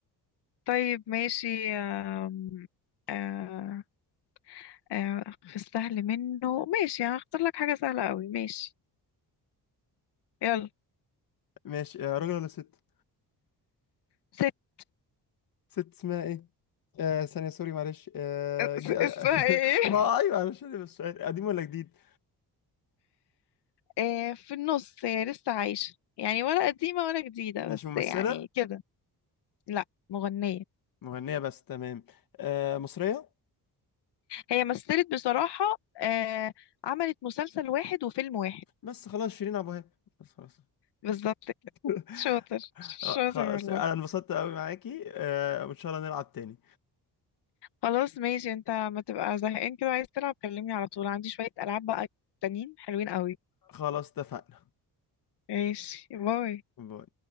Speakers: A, on the left (about 80°); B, on the left (about 55°).
A: طيب ماشي آم، آه، آه، في السهل منه ماشي يعني هختار لك حاجة سهلة قوي ماشي يلا
B: ماشي آه، راجل ولا ست
A: ست
B: ست اسمها ايه؟ آه ثانية سوري معلش آه
A: اس-
B: جي...
A: اسمها
B: <laughs>
A: ايه <laughs>
B: ما ايوه معلش انا بس سؤال قديم ولا جديد؟
A: آه، في النص هي لسه عايشة يعني ولا قديمة ولا جديدة
B: مش
A: بس
B: ممثلة
A: يعني كده لا مغنية
B: مغنية بس تمام آه مصرية
A: هي مثلت بصراحة آه، عملت مسلسل واحد وفيلم واحد
B: بس خلاص شيرين عبد الوهاب بس خلاص
A: بالظبط كده
B: <laughs>
A: شاطر شاطر
B: آه، خلاص
A: والله
B: انا انبسطت قوي معاكي آه وان شاء الله نلعب تاني
A: خلاص ماشي انت ما تبقى زهقان كده عايز تلعب كلمني على طول عندي شوية ألعاب بقى تانيين حلوين قوي
B: خلاص اتفقنا
A: ماشي باي
B: باي.